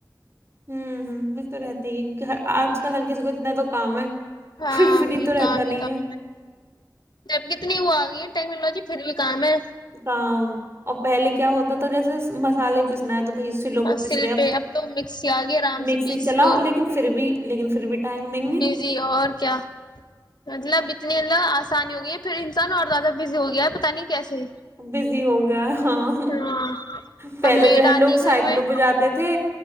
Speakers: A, on the right; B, on the left.
A: ہوں ہ یہ تو رہتے ہی آج کل ہر کسی کو اتنا تو کام ہے
B: ہاں
A: کوئی فری
B: وہ
A: تو رہتا
B: کام
A: نہیں
B: کام
A: ہے
B: جب کتنی وہ آ گئی ہے ٹیکنالوجی پھر بھی کام ہے
A: کام اور پہلے کیا ہوتا تھا جیسے مسالے پسنا ہے تو بھائی سلوں
B: تصل
A: پہ پس رہے ہیں،
B: پہ اب تو مکس یاگے رام
A: مکسی
B: سے پیس
A: چلاؤ
B: لو
A: لیکن پھر بھی لیکن پھر بھی ٹائم نہیں ہے
B: بزی اور کیا مطلب اتنے ط آسانی ہو گئی ہے پھر انسان اور زیاہ بزی ہو گیا ہے پتا نہیں کیسے
A: بزی ہو گیا ہاں
B: ہاں
A: پہلے
B: اب میڈ
A: جو ہے
B: آتی
A: لوگ سائیکلوں
B: گھر میں
A: پہ جاتے تھے